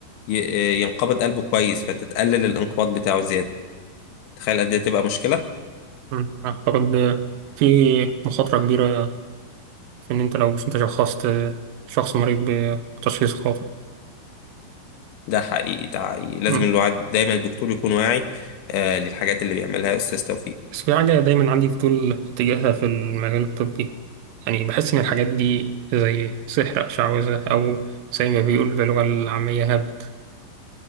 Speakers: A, on the left; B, on the right.
A: ي- آه، ينقبض قلبه كويس فانت تقلل الانقباض بتاعه زياده تخيل قد ايه تبقى مشكله
B: مم، أعتقد آه، في مخاطرة كبيرة في إن أنت لو مش أنت شخصت آه، شخص مريض بتشخيص خاطئ
A: ده حقيقي ده حقيقي لازم
B: مم.
A: الواحد دايما الدكتور يكون واعي آه للحاجات اللي بيعملها أستاذ توفيق
B: بس في حاجة دايما عندي فضول تجاهها في المجال الطبي يعني بحس إن الحاجات دي زي سحر أو شعوذة أو زي ما بيقول باللغة العامية هبد